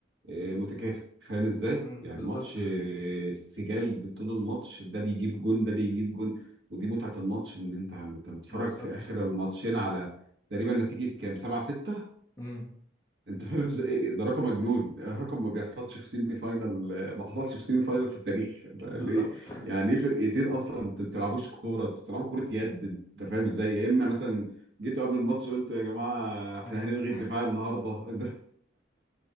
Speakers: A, on the right; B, on the left.
A: آه، متكافئ فاهم ازاي
B: امم
A: يعني
B: بالظبط
A: ماتش آه، سجال طول الماتش ده بيجيب جون ده بيجيب جون ودي متعه الماتش ان انت انت بتتفرج
B: بالظبط
A: في اخر الماتشين على تقريبا نتيجه كام 7 6
B: امم
A: انت فاهم ازاي ايه ده رقم مجنون رقم ما بيحصلش في سيمي فاينال ما حصلش في سيمي فاينال في التاريخ انت ليه
B: بالظبط
A: يعني ايه فرقتين اصلا انت ما بتلعبوش كوره انت بتلعبوا كوره يد انت فاهم ازاي يا اما مثلا جيتوا قبل الماتش قلتوا يا جماعه احنا
B: <laughs>
A: هنلغي الدفاع النهارده <laughs> ده